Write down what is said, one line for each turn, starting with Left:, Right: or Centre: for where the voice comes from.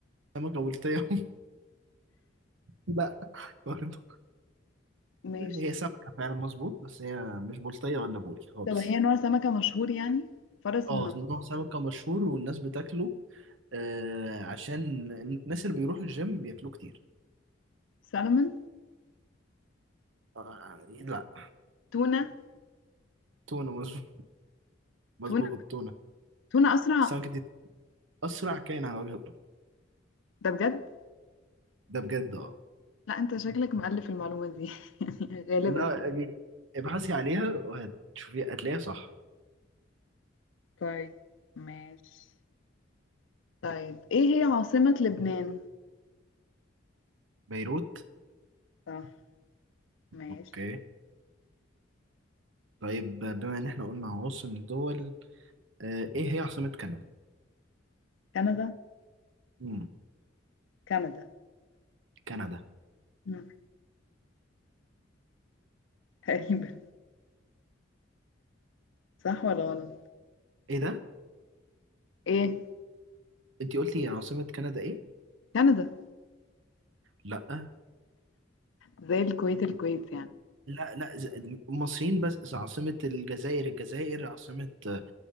Right: سمكه بلطيه <laughs> لا برضو
Left: ماشي
Right: هي سمكه فعلا مظبوط بس هي مش بلطيه ولا بوري خالص
Left: طب هي نوع سمكة مشهور يعني فرس
Right: اه
Left: النهر
Right: نوع سمكة مشهور والناس بتاكله آه عشان الناس اللي بيروحوا الجيم بياكلوه كتير
Left: سالمون
Right: آه آه، لا
Left: تونة
Right: تونة مظبوط مظبوط
Left: تونة
Right: تونة
Left: تونة أسرع
Right: السمكة دي أسرع كائن على وجه الأرض
Left: ده بجد
Right: ده بجد اه
Left: لا أنت شكلك مؤلف المعلومة دي <laughs> يعني غالبا
Right: لا دي- ابحثي عليها وهتشوفي هتلاقيها صح
Left: طيب ماشي طيب إيه هي عاصمة لبنان؟
Right: بيروت
Left: صح ماشي
Right: اوكي طيب بما ان احنا قلنا عواصم دول آه ايه هي عاصمة كندا؟
Left: كندا
Right: مم.
Left: كندا
Right: كندا
Left: مم. تقريبا صح ولا غلط
Right: ايه ده؟
Left: إيه
Right: انتي قلتي عاصمة كندا ايه؟
Left: كندا
Right: لا
Left: زي الكويت الكويت يعني
Right: لا لا ز- المصريين بس عاصمة الجزائر الجزائر عاصمة آه،